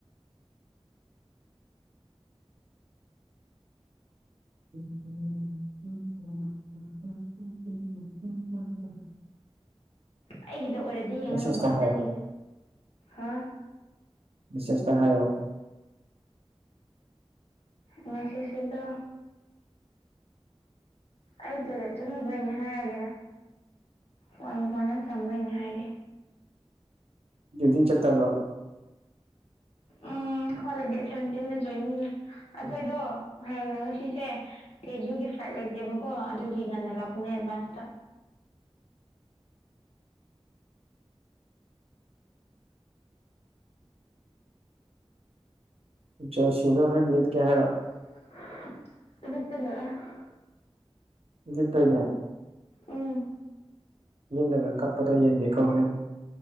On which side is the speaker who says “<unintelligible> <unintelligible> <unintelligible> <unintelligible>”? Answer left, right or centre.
Right